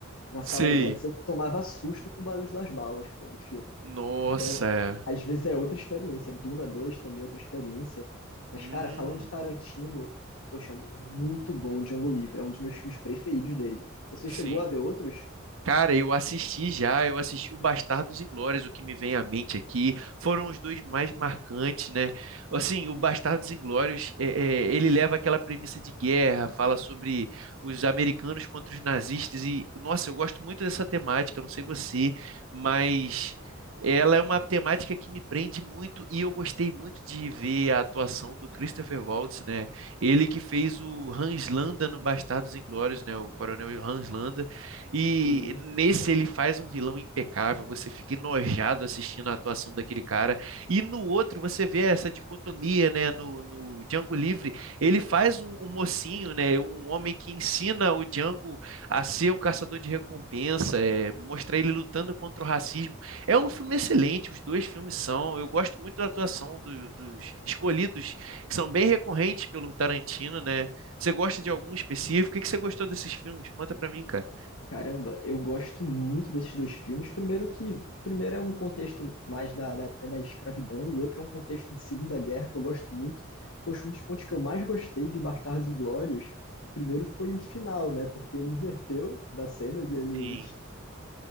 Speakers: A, on the left (about 75°); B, on the right (about 75°).
A: na
B: Sei.
A: sala IMAX, eu tomava susto com o barulho das balas, pô, do filme.
B: Nossa.
A: Então,
B: é.
A: às vezes é outra experiência. Duna dois também é outra experiência. Mas,
B: Hum,
A: cara, falando de Tarantino, poxa, muito bom Django Livre. É um dos meus filmes preferidos dele. Você
B: sim.
A: chegou a ver outros?
B: Cara, eu assisti já, eu assisti o Bastardos Inglórios, o que me vem à mente aqui, foram os dois mais marcantes, né? Assim, o Bastardos Inglórios, é, é, ele leva aquela premissa de guerra, fala sobre os americanos contra os nazistas, e, nossa, eu gosto muito dessa temática, não sei você, mas ela é uma temática que me prende muito, e eu gostei muito de ver a atuação do Christopher Waltz, né? Ele que fez o Hans Landa no Bastardos Inglórios, né? O coronel Hans Landa, e
A: Sim,
B: nesse ele faz um vilão impecável, você fica enojado assistindo a atuação daquele cara. E no outro você vê essa dicotomia, né? No, no Django Livre, ele faz um, um mocinho, né? Um homem que ensina o Django a ser um caçador de recompensa, é, mostrar ele lutando contra o racismo. É um filme excelente, os dois filmes são. Eu gosto muito da atuação do- dos escolhidos, que são bem recorrentes pelo Tarantino, né? Você gosta de algum específico? O que que você gostou desses filmes? Conta pra mim, cara.
A: Caramba, eu gosto muito desses dois filmes. Primeiro que, primeiro é um contexto mais da, da época da escravidão, o outro é um contexto de Segunda Guerra que eu gosto muito. Poxa, um dos pontos que eu mais gostei de Bastardos Inglórios, primeiro foi o final, né? Porque ele inverteu da cena deles,
B: Sim.